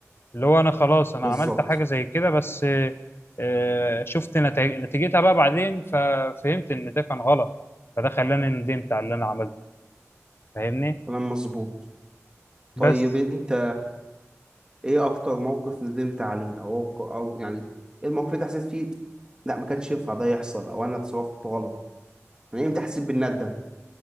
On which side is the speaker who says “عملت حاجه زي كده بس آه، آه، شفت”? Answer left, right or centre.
Left